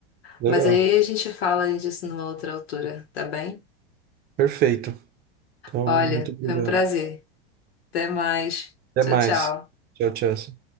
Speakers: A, on the right; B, on the left.
A: Legal.
B: Mas aí a gente fala disso numa outra altura, tá bem?
A: Perfeito. Então,
B: Olha,
A: muito obrigado.
B: foi um prazer. Até mais.
A: Até
B: Tchau,
A: mais.
B: tchau.
A: Tchau, tchau.